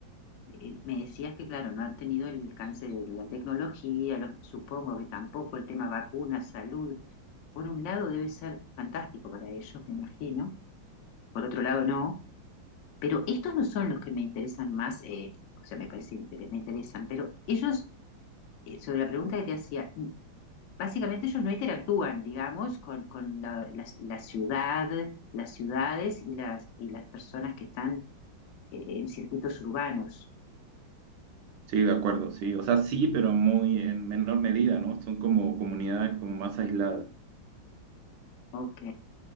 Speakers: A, on the left; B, on the right.
A: de- me decías que, claro, no han tenido el alcance de la tecnología, lo- supongo que tampoco el tema vacunas, salud. Por un lado debe ser fantástico para ellos, me imagino, por otro lado no, pero estos no son los que me interesan más, eh, o sea, me parece inter- me interesan, pero ellos, eh, sobre la pregunta que te hacía, básicamente ellos no interactúan, digamos, con, con la, la- la ciudad, las ciudades y las, y las personas que están eh, en circuitos urbanos.
B: sí, de acuerdo, sí. O sea, sí, pero muy en menor medida, ¿no? Son como comunidades como más aisladas.
A: Ok.